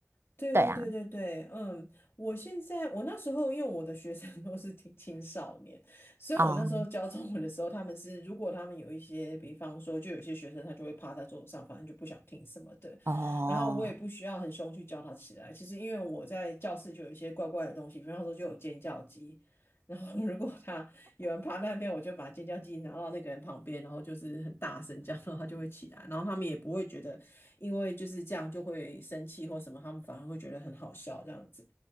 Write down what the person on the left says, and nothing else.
对对对对对，
嗯，我现在我那时候因为我的学生 <laughs> 都是青青少年，所以我那时候教中文的时候，
他们是如果他们有一些，比方说就有些学生他就会趴在桌子上，反正就不想听什么的，
然后我也不需要很凶去教他起来。其实因为我在教室就有一些怪怪的东西，比方说就有尖叫鸡，然后如果他有人趴那边，我就把尖叫鸡拿到那个人旁边，然后就是很大声这样，然后他就会起来，然后他们也不会觉得因为就是这样就会生气或什么，他们反而会觉得很好笑这样子。